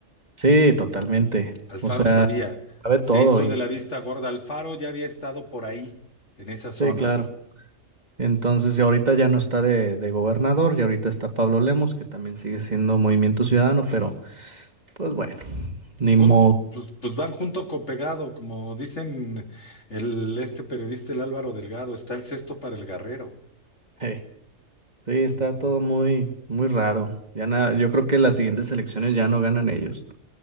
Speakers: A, on the right; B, on the left.
A: Sí, totalmente.
B: Alfaro
A: O sea,
B: sabía,
A: Sabe
B: se
A: todo,
B: hizo
A: y
B: de la vista gorda. Alfaro ya había estado por ahí, en esa zona.
A: sí, claro. Entonces, y ahorita ya no está de, de gobernador, y ahorita está Pablo Lemos, que también sigue siendo Movimiento Ciudadano, pero pues bueno, ni modo.
B: Jun- pues, pues van junto con pegado, como dicen el, este periodista, el Álvaro Delgado, está el cesto para el guerrero.
A: Hey, Sí, está todo muy, muy raro. Ya nada, yo creo que las siguientes elecciones ya no ganan ellos